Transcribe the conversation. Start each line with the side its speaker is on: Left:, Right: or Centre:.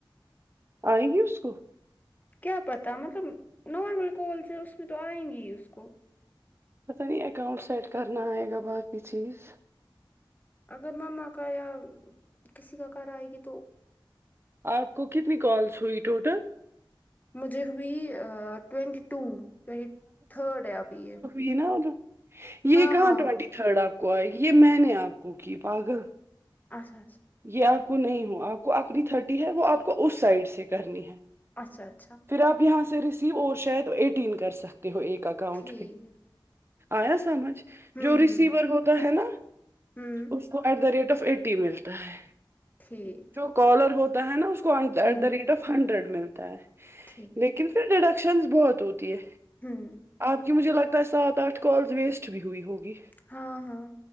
Right: آئیگی اس کو
Left: کیا پتاہ مطلب نارمل کالز سے اس میں تو آئیں گی ہی اس کو
Right: پتا نہیں اکاؤنٹ سیٹ کرنا آئے گا باقی چیز
Left: اگر میم آ کا یا کسی کا کار آئے گی تو
Right: آپ کو کتنی کالس ہوئی ٹوٹل
Left: مجھے ہوئی ٹوئینٹی ٹو ٹوینٹی تھرڈ ہے ابھی یہ
Right: یہ نا یہ
Left: ہاں
Right: کہاں
Left: ہاں
Right: ٹوینٹی
Left: ہاں
Right: تھرڈ آپ کو آئے گی یہ میں نے آپ کو کی پاگل
Left: اچھا
Right: یہ آپ کو نہیں ہو آپ کو اپنی تھرٹی ہے وہ آپ کو اس سائڈ سے کرنی ہے
Left: اچھا اچھا
Right: پھر آپ یہاں سے ریسیو اور شاید ایٹین کر سکتے ہو ایک اکاؤنٹ
Left: ٹھیک
Right: پہ آیا سمجھ
Left: ہوں
Right: جو ریسیور
Left: ہوں
Right: ہوتا ہے نا
Left: ہوں
Right: اس کو at the rate of eighty ملتا ہے
Left: ٹھیک
Right: جو کالر ہوتا ہے نا اس کو ایٹ
Left: ہوں
Right: ریٹ آف ہنڈریڈ ملتا ہے
Left: ٹھیک
Right: لیکن پھر انٹرودنکشنز بہت ہوتی ہے
Left: ہوں
Right: آپ کی مجھے لگتا ہے سات آٹھ کالز ویسٹ بھی ہوئی ہوگی
Left: ہاں ہاں